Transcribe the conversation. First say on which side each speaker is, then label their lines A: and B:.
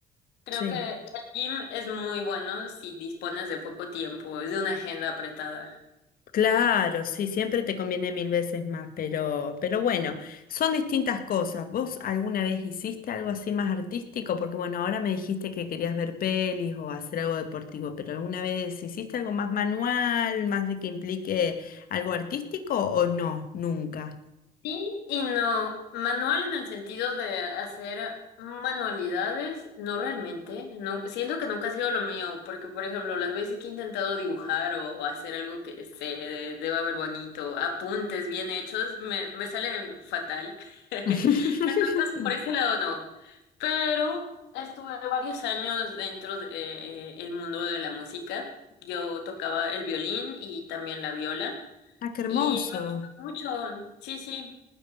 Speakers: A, on the left; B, on the left.
A: creo
B: Sí.
A: que el gym es muy bueno si dispones de poco tiempo, es de una agenda apretada.
B: Claro, sí, siempre te conviene mil veces más, pero, pero bueno, son distintas cosas. ¿Vos alguna vez hiciste algo así más artístico? Porque bueno, ahora me dijiste que querías ver pelis o hacer algo deportivo, pero ¿alguna vez hiciste algo más manual, más de que implique algo artístico o no? Nunca.
A: Sí y no. Manual en el sentido de hacer manualidades, no realmente. No, siento que nunca ha sido lo mío, porque por ejemplo, las veces que he intentado dibujar o hacer algo que se de- deba ver bonito, apuntes bien hechos, me, me salen fatal. <laughs> Entonces,
B: <laughs>
A: por ese lado no. Pero estuve varios años dentro de, eh, el mundo de la música. Yo tocaba el violín y también la viola.
B: Ah, qué hermoso.
A: Y me gusta mucho, sí, sí,